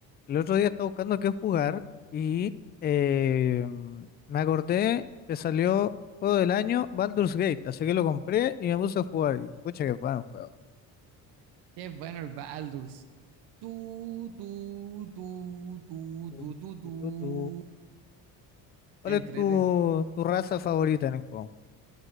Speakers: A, on the left; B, on the right.
A: El otro día estaba buscando qué jugar y eh, me acordé que salió juego del año Baldur's Gate, así que lo compré y me puse a jugar. Y, pucha, qué bueno juego.
B: Qué bueno el Baldur's. Tú, tú, tú, tú,
A: Tu,
B: tú, tú, tú.
A: tu, tu, tu. ¿Cuál
B: Entrete.
A: es tu, tu raza favorita en el juego?